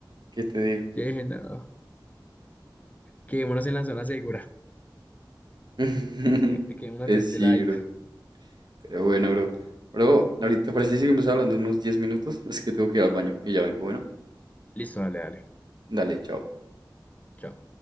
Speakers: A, on the right (about 60°); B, on the left (about 20°).
A: ¿Qué te dijo?
B: Yo dije, no, quedémonos en la zona segura.
A: <laughs>
B: que- Quedémonos
A: Pues
B: de este
A: sí,
B: ladito.
A: bro. Pero bueno, bro. Bro, ahorita parece que seguimos hablando unos 10 minutos. <laughs> Es que tengo que ir al baño y ya vengo. Bueno,
B: Listo, dale, dale.
A: dale, chao.
B: Chao.